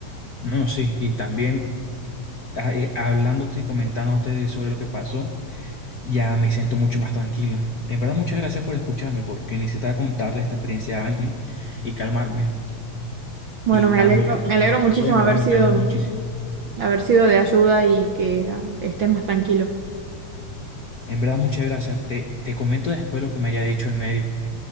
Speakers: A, on the left; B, on the right.
A: no, sí, y también ah, eh, hablándote y comentándote sobre lo que pasó. Ya me siento mucho más tranquilo. En verdad, muchas gracias por escucharme, porque necesitaba contarle esta experiencia a alguien y calmarme.
B: Bueno,
A: Y
B: me
A: hablándole
B: alegro, me alegro
A: de lo que
B: muchísimo
A: pasó, en
B: haber
A: verdad me
B: sido,
A: calmó muchísimo.
B: haber sido de ayuda y que ah, estés más tranquilo.
A: En verdad, muchas gracias. Te, te comento después lo que me haya dicho el médico